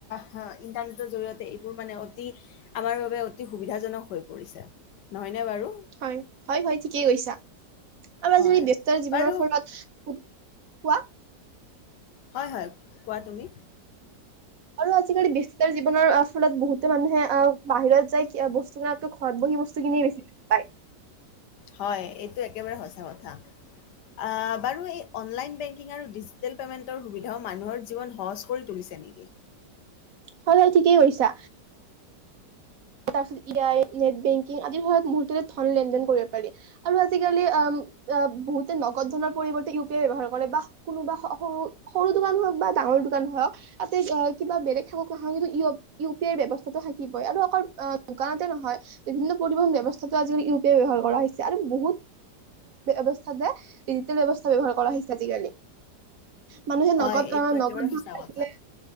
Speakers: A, on the left; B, on the right.
A: হয়। ইণ্টাৰনেটৰ জৰিয়তে এইবোৰ মানে অ। অতি আমাৰ বাবে অতি সুবিধাজনক হৈ পৰিছে নহয় নে বাৰু।
B: হয় হয় হয় ঠিকেই কৈছা। আমাৰ
A: হয়
B: যদি ব্যস্তৰ জীৱনৰ
A: বাৰু
B: ফলত। কোৱা।
A: হয় হয় কোৱা তুমি।
B: আৰু আজিকালি ব্যস্ততাৰ জীৱনৰ ফলত বহুতে মানুহে আহ বাহিৰত যায় বস্তু কিনাতকৈ ঘৰত বহি বস্তু কিনিয়ে বেছি ভাল পায়।
A: হয় এইটো একেবাৰে সঁচা কথা আ বাৰু এই অনলাইন - আৰু ডিজিটেল পেমেণ্টৰ সুবিধা। তেওঁ মানুহৰ জীৱন সহজ কৰি তুলিছে নেকি?
B: হয় ঠিকেই কৈছা। তাৰ পিছত ই আই নেট বেংকিং আদিৰ সত মৰতে ধন লেন দেন কৰিব পাৰি আৰু আজিকালি বহুতে নগদ ধনৰ পৰিৱৰ্তে ইউ পি আই ব্যবহাৰ কৰে বা কোনোবা সৰু সৰু দোকান হওক বা ডাঙৰ দোকান হওক। তাতে কিবা বেলেগ থাকক কিন্তু ই ইউ পি আইৰ ব্যৱস্থাতটো থাকিব। হয় আৰু অকল। দোকানতে নহয় বিভিন্ন পৰিবহন ব্যৱস্থা আজিকালি ইউ পি আই ব্যৱহাৰ কৰা হৈছে আৰু বহুত ব্যৱস্থা যে। ডিজিটেল ব্যৱস্থা ব্যৱহাৰ কৰা হৈছে আজিকালি। মানুহে
A: হয়,
B: নগদ
A: এইটো
B: আহ
A: একেবাৰে
B: নগদ
A: সঁচা
B: আহিলে।
A: কথা।